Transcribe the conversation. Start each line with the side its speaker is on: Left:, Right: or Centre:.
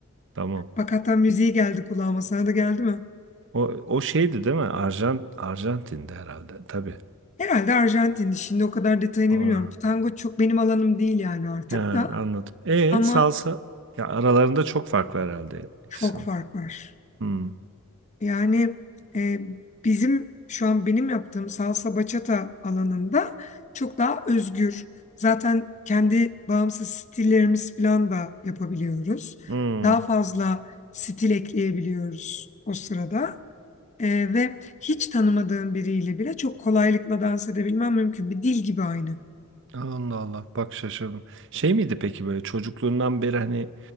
Right: tamam.
Left: Bak hatta müziği geldi kulağıma. Sana da geldi mi?
Right: O o şeydi değil mi? Arjant Arjantin'de herhalde tabii.
Left: Herhalde Arjantin'di. Şimdi o kadar detayını
Right: Ora.
Left: bilmiyorum. Tango çok benim alanım değil yani artık
Right: Ha,
Left: da.
Right: anladım. E
Left: Ama
Right: salsa ya aralarında çok fark var herhalde ikisinin.
Left: çok fark var.
Right: Hmm.
Left: Yani e, bizim şu an benim yaptığım salsa bachata alanında çok daha özgür. Zaten kendi bağımsız stillerimiz falan da yapabiliyoruz.
Right: Hmm.
Left: Daha fazla stil ekleyebiliyoruz o sırada. E, ve hiç tanımadığım biriyle bile çok kolaylıkla dans edebilmem mümkün. Bir dil gibi aynı.
Right: Allah Allah bak şaşırdım. Şey miydi peki böyle çocukluğundan beri hani